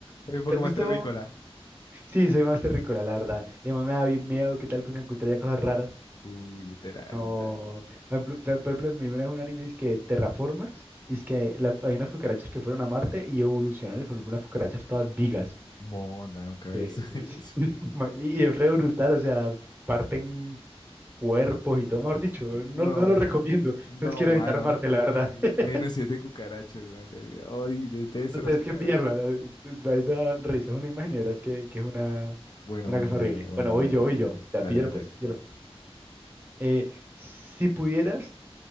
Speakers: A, on the left; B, on the right.
A: Es un poco
B: ¿te has visto?
A: más terrícola.
B: Sí, soy más terrícola, la verdad. Y además me da bi- miedo, ¿qué tal que uno encontraría cosas raras?
A: Uh, literal,
B: No.
A: la verdad.
B: Por ejemplo, por ejemplo, me vi una vez un anime es que Terraformers, y es que la- hay unas cucarachas que fueron a Marte y evolucionaron y fueron unas cucarachas todas vigas.
A: Monda, nunca ves
B: Sí,
A: <laughs> eso.
B: <laughs> Y es re brutal, o sea, parten cuerpos y todo, mejor dicho, no,
A: No,
B: no lo recomiendo.
A: no,
B: Entonces quiero
A: mano.
B: evitar Marte,
A: y-
B: la verdad.
A: y Menos
B: <laughs>
A: siete cucarachas, weón. Yo, yo- ay, detesto
B: No Tienes
A: las cucarachas.
B: que pillarla.
A: weón.
B: Ahí da risa, es una imagen y verás que, que es una,
A: Bueno,
B: una
A: bueno,
B: cosa horrible.
A: bueno, bueno,
B: Bueno, voy
A: bueno.
B: yo, voy yo. Ya,
A: Dale,
B: píllalo
A: dale,
B: pues,
A: dale.
B: píllalo. Eh, si pudieras